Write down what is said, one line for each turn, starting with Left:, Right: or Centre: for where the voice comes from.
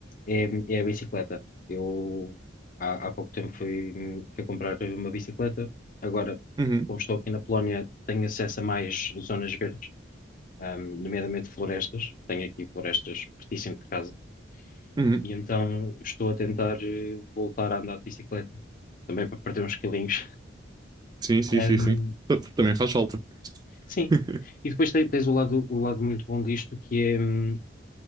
Left: é, é a bicicleta. Eu há, há pouco tempo fui, fui comprar uma bicicleta, agora,
Right: Uhum.
Left: como estou aqui na Polónia, tenho acesso a mais zonas verdes, um, nomeadamente florestas, tenho aqui florestas pertíssimo de casa,
Right: Uhum.
Left: e então estou a tentar eh, voltar a andar de bicicleta, também para perder uns quilinhos.
Right: Sim, sim,
Left: <laughs>
Right: sim, sim. Ta- Também faz falta.
Left: Sim.
Right: <laughs>
Left: E depois te- tens o lado, o lado muito bom disto, que é, hum,